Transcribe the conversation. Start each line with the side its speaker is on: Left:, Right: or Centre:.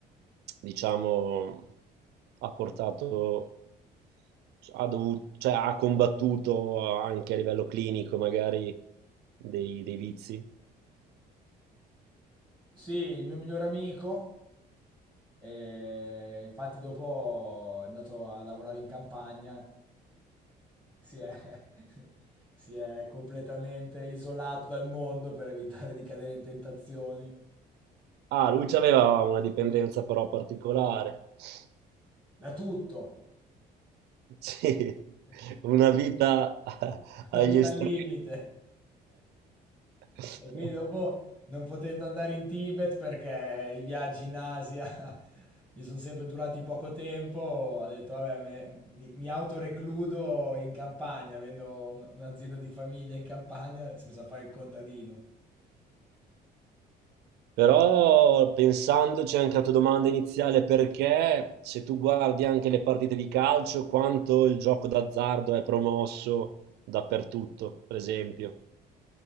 Right: diciamo, ha portato, cioè, ha dovuto, cioè, ha combattuto anche a livello clinico magari dei, dei vizi?
Centre: Sì, il mio migliore amico, eh, infatti dopo è andato a lavorare in campagna, si è, <laughs> si è completamente isolato dal mondo per evitare di cadere in tentazioni,
Right: Ah, lui aveva una dipendenza però particolare. <laughs>
Centre: da tutto,
Right: Sì,
Centre: <laughs>
Right: una vita <laughs> agli
Centre: una vita
Right: estremi.
Centre: al limite.
Right: <laughs>
Centre: E quindi dopo, non potendo andare in Tibet perché i viaggi in Asia <laughs> gli sono sempre durati poco tempo, ho detto, vabbè, me- mi, mi autorecludo in campagna, avendo un- un'azienda di famiglia in campagna, si è messo a fare il contadino.
Right: Però pensandoci anche alla tua domanda iniziale, perché se tu guardi anche le partite di calcio, quanto il gioco d'azzardo è promosso dappertutto, per esempio.